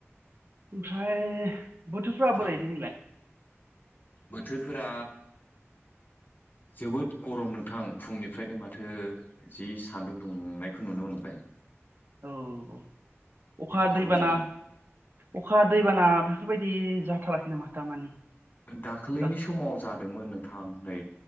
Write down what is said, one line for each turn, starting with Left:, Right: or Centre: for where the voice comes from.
Right: ओमफ्राय बोथोरफ्रा बोरै
Left: औ
Right: दिनैलाय?
Left: बोथोरफोरा जोबोद गरम नोंथां फुंनिफ्रायनो माथो जि सान्दुं दुंनायखौ नुनो मोन बाय।
Right: औ औ। अखा
Left: गरम
Right: दैबाना
Left: जागोन
Right: अखा दैबाना बेफोरबायदि जा थाराखै नामा दामानि?
Left: दाख्लैनि
Right: औ
Left: समाव जादोंमोन नोंथां नै